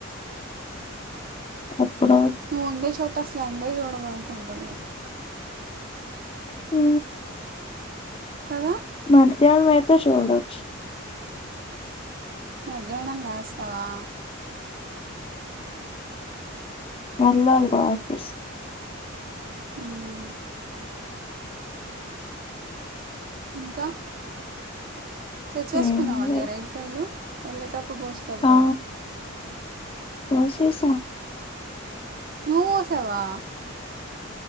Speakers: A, on the left; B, on the right.
A: అప్పుడు
B: నువ్వు ఉండే చోట అసలు ఎండే చూడవు అనుకుంట నువు
A: ఉ
B: కదా
A: మధ్యాహ్నం అయితే చూడొచ్చు
B: మధ్యాహ్నం లేస్తావా
A: ఎల్లాలీగా ఆఫీస్
B: ఉ ఇంకా తెచ్చేసుకున్నావా
A: ఏం లేదు
B: నేరేడికాయలు వెళ్లేటప్పుడు గోసుకెళ్తావా
A: ఆ కోసేసా
B: నువ్వు కోశావా